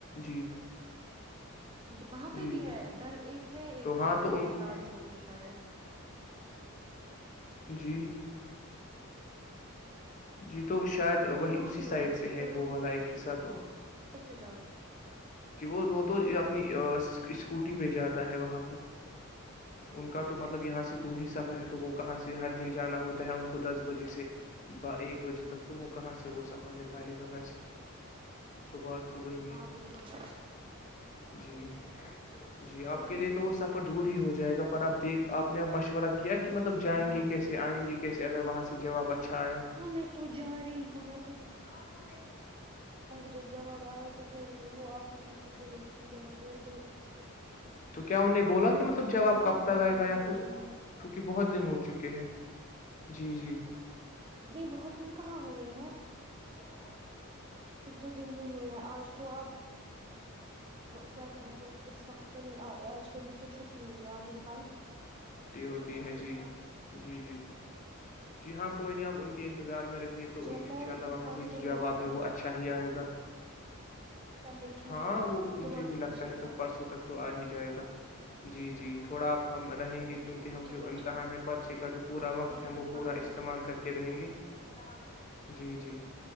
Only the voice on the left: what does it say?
جی
جی
تو ہاں
تو ان
کو
جی جی تو شاید
وہی
اسی
سائڈ سے
ہے
وہ والا ایک حسہ تو
جی وہت تو اپنی اسکوٹی پہ جاتا ہے وہاں پر ان کا تو مطلب یہاں سے دور ہی سفر
ہے تو وہ کہاں سے ہرد دن جانا ہوتا ہے
ان کو دس بجے سے ب ایک بجے تک تو وہ کہاں سے وہ سفر نکالے گا ویسے تو بات تو وہی
ہے
جی جی
آپ کے لیے
تو وہ سفر دور ہی ہو جائے جائے گا پر آپ دیک آپ آپ مشورہ کیا کیا کہ مطلب جائیں
گے کیسے آئیں گے کیسے اگر وہاں سے جواب اچھا آیا
ہاں ہ میں
تو کیا ان نے بولا کہ مطلب
جواب
کب
تک آئے
گا یا
پھر
کیونکہ بہت دن ہو چکے ہیں جی جی
نہیں بہت
ہوتی ہے جی جی جی ہاں کوئی نہیں آپ ان کی انتظار میں رہی تو
ان
شاء
اللہ وہاں
سے جواب
ہے وہ اچھا ہی آئے گا
ہاں
وہ
مجھے بھی
لگتا ہے
تو پرسوں تک تو آ ہی جائے گا جی جی تھوڑا آ ہم رہیں
گے کیونکہ
ہم
جو امتحان ہے پر چا جو پورا
وقت ہے وہ پورا
استعمال کر کے رہیں گے اللہ حافظ جی جی